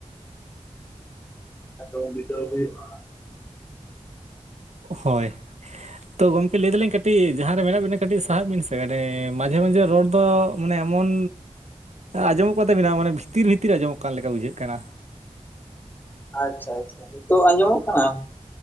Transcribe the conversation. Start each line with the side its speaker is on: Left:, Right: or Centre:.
Left: <inaudible> ᱢᱤᱫ ᱡᱚᱢ ᱦᱳᱭᱩᱜ-ᱟ
Right: ᱦᱚᱭ ᱛᱚ ᱜᱚᱢᱠᱮ ᱞᱟᱹᱭ ᱫᱟᱞᱤᱧ ᱠᱟᱹᱴᱤᱡ ᱡᱟᱦᱟᱸᱨᱮ ᱢᱮᱱᱟᱜ ᱵᱤᱱᱟ ᱠᱟᱹᱴᱤᱡ ᱥᱟᱦᱟᱜ ᱵᱤᱱ ᱥᱮ ᱠᱟᱴᱤᱡ ᱢᱟᱡᱷᱮ ᱢᱟᱡᱷᱮ ᱨᱚᱲ ᱫᱚᱼᱼ ᱢᱟᱱᱮ ᱮᱢᱚᱱ ᱟᱸᱡᱚᱢᱚᱜ ᱠᱟᱛᱟᱵᱤᱱᱟ ᱢᱟᱱᱮ ᱵᱷᱤᱛᱤᱨ ᱵᱷᱤᱛᱤᱨ ᱟᱸᱡᱚᱢᱚᱜ ᱠᱟᱱ ᱞᱮᱠᱟ ᱵᱩᱡᱷᱟᱹᱜ ᱠᱟᱱᱟ᱾
Left: ᱟᱪᱪᱷᱟ ᱟᱪᱪᱷᱟ ᱱᱤᱛᱚᱜ ᱟᱸᱡᱚᱢᱚᱜ ᱠᱟᱱᱟ?